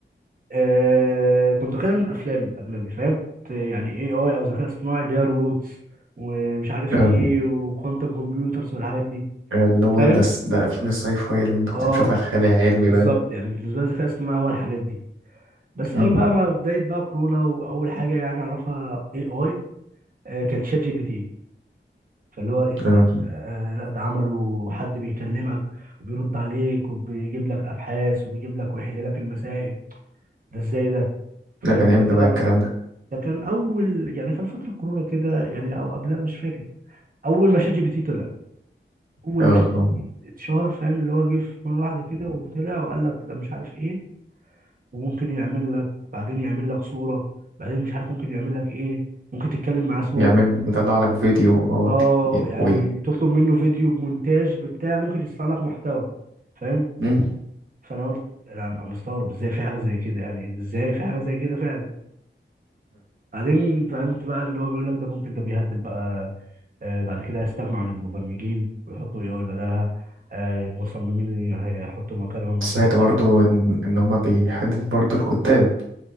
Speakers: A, on the right (about 45°); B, on the right (about 85°).
A: آه كنت واخدها من الافلام الاجنبي فاهم كنت يعني اي اي او ذكاء اصطناعي اللي هي روبوتس ومش عارف
B: اه
A: ايه وكوانتم كمبيوترز والحاجات دي
B: اللي هو
A: فاهم
B: ده س- ده افلام الساي فاي اللي انت كنت
A: اه
B: بتشوفها الخيال العلمي
A: بالظبط
B: بقى
A: يعني بالنسبه لي الذكاء الاصطناعي هو الحاجات دي بس
B: مم.
A: اول بقى ما بدايه بقى كورونا واول حاجه يعني اعرفها اي اي كانت شات جي بي تي فاللي هو لقيت
B: اه
A: لك آه لا ده عمله حد بيكلمك وبيرد عليك وبيجيب لك ابحاث وبيجيب لك ويحل لك المسائل ده ازاي ده فاهم
B: ده كان امتى
A: ده كده
B: بقى الكلام ده
A: ده كان اول يعني كان فتره كورونا كده يعني او قبلها مش فاكر اول ما شات جي بي تي طلع اول
B: اه
A: ما شات جي
B: اه
A: بي تي اتشهر فاهم اللي هو جه في مره واحده كده وطلع وقال لك ده مش عارف ايه وممكن يعمل لك بعدين يعمل لك صوره بعدين مش عارف ممكن يعمل لك ايه ممكن تتكلم معاه صوت
B: يعمل يطلع لك فيديو اه
A: اه
B: ت-
A: يعني
B: وي
A: تطلب منه فيديو بمونتاج ببتاع ممكن يصنع لك محتوى فاهم
B: مم.
A: فانا قلت انا أنا مستغرب ازاي في حاجه زي كده يعني ازاي في حاجه زي كده فعلا بعدين فهمت بقى اللي هو بيقول لك ده ممكن ده بيهدد بقى آه بعد كده هيستغنوا عن المبرمجين ويحطوا اي اي بدلها آه المصممين هيحطوا مكانهم
B: سمعت
A: اي اي
B: برضو إن, إن هما بيحدد برضو الكتاب